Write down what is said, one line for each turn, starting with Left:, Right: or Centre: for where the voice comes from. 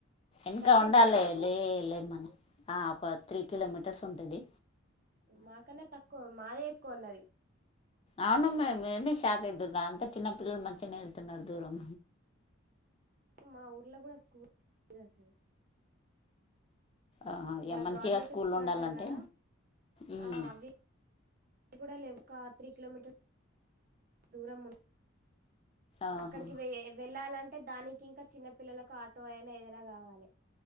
Left: ఇంకా
Right: దగ్గరనేనా
Left: ఉండాలి
Right: స్కూల్
Left: లే లే మనీ హా ఫో త్రీ కిలోమీటర్స్ ఉంటాది
Right: మాకన్నా తక్కువ మాదే ఎక్కువ ఉన్నది
Left: అవునమ్ మేమే షాక్ అవుతున్న అంత చిన్న పిల్లల మధ్యనే వెళ్తున్నారు దూరం
Right: మా ఊర్లో కూడా స్కూల్ లేదు అసలు
Left: ఆహా
Right: ఇట్లా
Left: ఇక మంచిగా
Right: గవర్నమెంట్ స్కూల్
Left: ఉండాలంటే
Right: అంటారు కదా
Left: ఉమ్
Right: హా అవి ఇది కూడా లేవు, ఒక త్రీ కిలోమీటర్ దూరం ఉన్
Left: ఆహా
Right: అక్కడికి వె వెళ్ళాలంటే దానికి ఇంకా చిన్న పిల్లలకు ఆటో అయినా ఏదైనా కావాలి